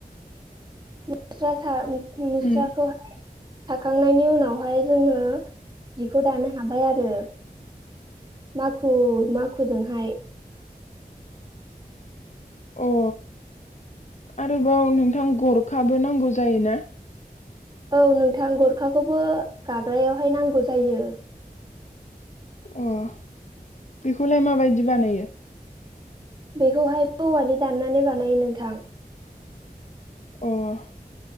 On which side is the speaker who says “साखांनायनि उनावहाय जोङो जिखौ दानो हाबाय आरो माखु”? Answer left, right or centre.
Right